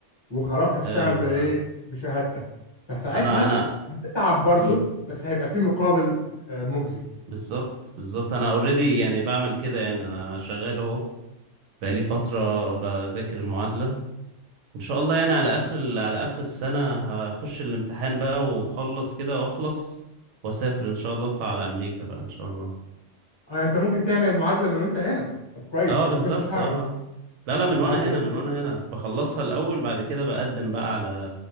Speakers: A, on the left (about 25°); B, on the right (about 80°).
A: وخلاص هتشتغل
B: أيوه
A: بإيه بشهادتك فساعتها
B: أنا أنا
A: هتتعب برضه
B: مم.
A: بس هيبقى في مقابل آه، مجزي
B: بالظبط بالظبط أنا أوريدي يعني بعمل كده يعني أنا شغال أهو بقالي فترة بذاكر المعادلة إن شاء الله يعني على آخر ال- على آخر السنة هخش الامتحان بقى وأخلص كده وأخلص وأسافر إن شاء الله أطلع على أمريكا بقى إن شاء الله
A: آه، أنت ممكن تعمل معادلة من وأنت هنا طب كويس
B: اه
A: أنا
B: بالظبط
A: ما كنتش أعرف
B: اه
A: دي
B: آه. لا لا من
A: دي
B: وأنا
A: حاجة كويسة
B: هنا من
A: جدا
B: وأنا هنا بخلصها الأول بعد كده بقدم بقى على